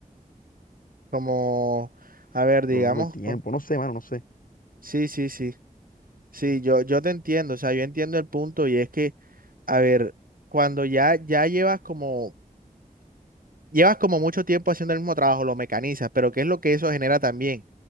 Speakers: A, on the right (about 75°); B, on the left (about 70°).
A: como, a ver, digamos,
B: prolongo el tiempo,
A: co-
B: no sé, mano, no sé.
A: sí, sí, sí, sí, yo, yo te entiendo, o sea, yo entiendo el punto y es que, a ver, cuando ya, ya llevas como llevas como mucho tiempo haciendo el mismo trabajo, lo mecanizas, pero ¿qué es lo que eso genera también?